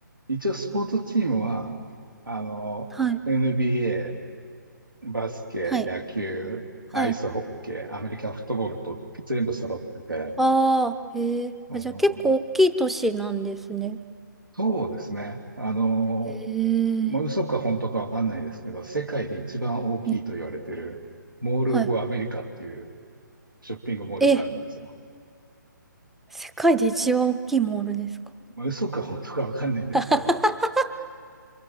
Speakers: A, on the right (about 85°); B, in the centre.
A: 一応スポーツチームは、あの、
B: はい、
A: NBA、バスケ、
B: はい、
A: 野球、
B: はい。
A: アイスホッケー、アメリカンフットボールと全部揃ってて、
B: ああ、へえ。
A: うん、
B: あじゃあ結構大きい都市なんですね。
A: まあ、そうですね。あの、
B: へえ、
A: まあ、嘘か本当かわかんないですけど、世界で一番大きいと言われてる、
B: え
A: モール・
B: はい。
A: オブ・アメリカっていうショッピングモールがあるんですよ。
B: え、世界で一番大きいモールですか
A: まあ、嘘か本当かわかんないですけど、
B: <laughs>